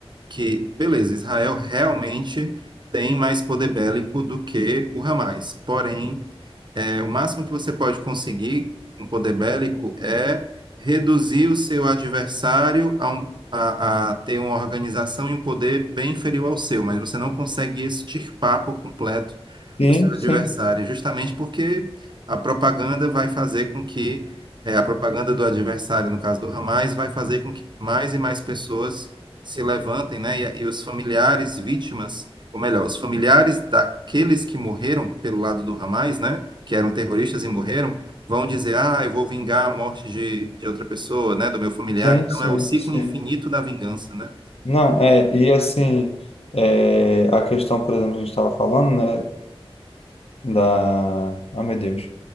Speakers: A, on the right (about 50°); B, on the left (about 75°).
A: que, beleza, Israel realmente tem mais poder bélico do que o Hamas. Porém, é, o máximo que você pode conseguir com poder bélico é reduzir o seu adversário a, um- a- a ter uma organização e um poder bem inferior ao seu, mas você não consegue extirpar por completo
B: sim,
A: o seu adversário,
B: sim,
A: justamente porque a propaganda vai fazer com que, é, a propaganda do adversário, no caso do Hamas, vai fazer com que mais e mais pessoas se levantem, né? E, e os familiares vítimas, ou melhor, os familiares daqueles que morreram pelo lado do Hamas, né? que eram terroristas e morreram, vão dizer, ah, eu vou vingar a morte de, de outra pessoa, né, do meu familiar.
B: sim,
A: Então
B: sim,
A: é o ciclo
B: sim.
A: infinito
B: sim.
A: da vingança, né?
B: Não, é, e assim, é, a questão, por exemplo, que a gente estava falando, né? da, oh meu Deus,